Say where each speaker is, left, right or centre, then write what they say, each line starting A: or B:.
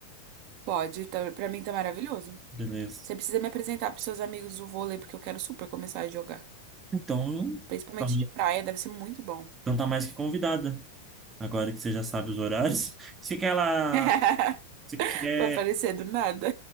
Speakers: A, on the right; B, on the right.
A: Pode, tá, pra mim tá maravilhoso.
B: Beleza.
A: Você precisa me apresentar pros seus amigos do vôlei, porque eu quero super começar a jogar.
B: Então,
A: Principalmente
B: tá-
A: de praia, deve ser muito bom.
B: então tá mais que convidada. Agora que você já sabe os horários. <laughs> Se quer ela.
A: <laughs>
B: Se quer.
A: Vai aparecer do nada.